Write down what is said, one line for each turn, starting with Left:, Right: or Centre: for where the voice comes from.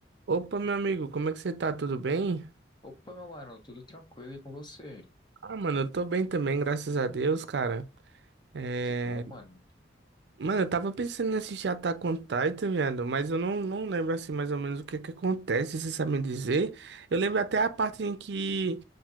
Right: Opa, meu amigo, como é que você tá? Tudo bem?
Left: Opa, meu mano, tudo tranquilo e com você?
Right: Ah, mano, eu tô bem também, graças a Deus, cara. É...
Left: Que bom, mano.
Right: Mano, eu tava pensando em assistir Attack on Titan, viado, mas eu não, não lembro assim mais ou menos o que que acontece, Vocês sabem dizer? Eu lembro até a parte em que